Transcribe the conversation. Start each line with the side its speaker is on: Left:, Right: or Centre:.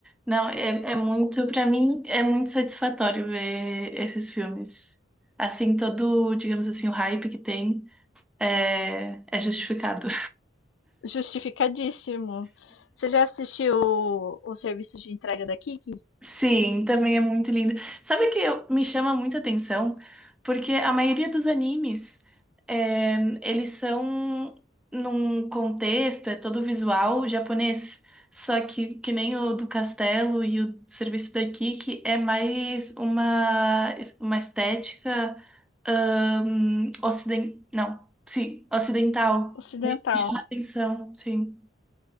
Centre: Não, é, é muito, pra mim, é muito satisfatório ver esses filmes. Assim, todo, digamos assim, o hype que tem é, é justificado.
Left: Justificadíssimo. Você já assistiu o, o serviço de entrega da Kiki?
Centre: Sim, também é muito lindo. Sabe o que eu- me chama muita atenção? Porque a maioria dos animes, é, eles são num contexto, é todo visual japonês. Só que, que nem o do Castelo e o serviço daqui, que é mais uma, uma estética ahn, ociden não, sim, ocidental.
Left: Ocidental.
Centre: Me chama atenção, sim.